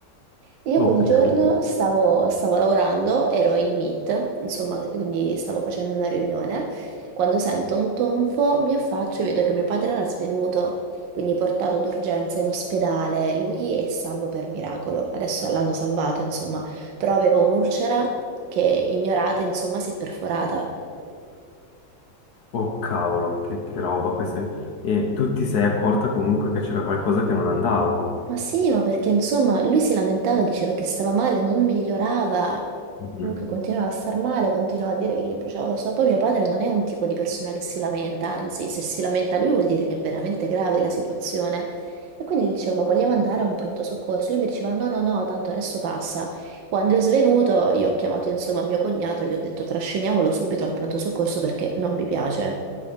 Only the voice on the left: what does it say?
Ok.
Oh cavolo, che, che roba questa. E tu ti sei accorta comunque che c'era qualcosa che non andava.
Mhm.